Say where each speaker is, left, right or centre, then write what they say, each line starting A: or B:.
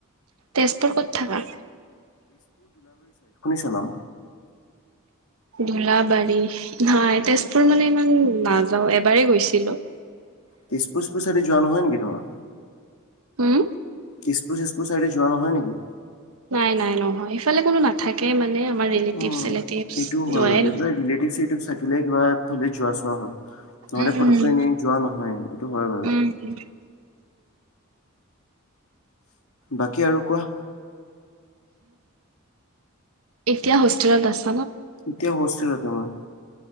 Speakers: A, on the right; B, on the left.
A: তেজপুৰ ক'ত থাকা।
B: চলাম।
A: দোলাবাৰী নাই তেজপুৰ মানে ইমান নাযাও এবাৰেই গৈছিলোঁ।
B: তেজপুৰ পুছ চাইতে যোৱা নহয় নেকি তোমাৰ।
A: হুম।
B: তেচপুৰ চেচপুৰ চাইডে যোৱা নহয় নেকি।
A: নাই নাই নহয় সিফালে কোনো নাথাকে মানে। আমাৰ ৰিলেটিভ
B: অ',
A: চিলেটিভ
B: এইটো
A: যোৱাই
B: হৈ গ'ল বুলি
A: নহয়।
B: কিবা ৰিলেটিভ চিলেটিভ থাকিলে কিবা ফাল যোৱা চোৱা হয়। নহ'লে
A: উম
B: ফটকনে যোৱা নহয় এইটো হয় বাৰু।
A: উম
B: বাকী আৰু কোৱা।
A: এতিয়া হোষ্টেলত আছোঁ।
B: এতিয়া বাছিলে তোমাৰ।